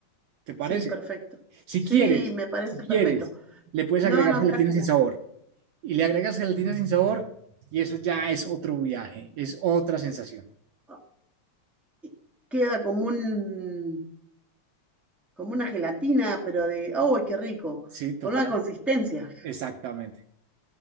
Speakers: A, on the right; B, in the centre.
A: ¿Te parece?
B: Sí, perfecto.
A: Si
B: Sí,
A: quieres,
B: me parece
A: si quieres,
B: perfecto.
A: le puedes
B: No,
A: agregar
B: no,
A: gelatina
B: está genial.
A: sin sabor. Y le agregas gelatina sin sabor y eso ya es otro viaje, es otra sensación.
B: Ah, y Queda como un, como una gelatina, pero de, ¡oh, qué rico!
A: Sí, total.
B: Con una consistencia.
A: Exactamente,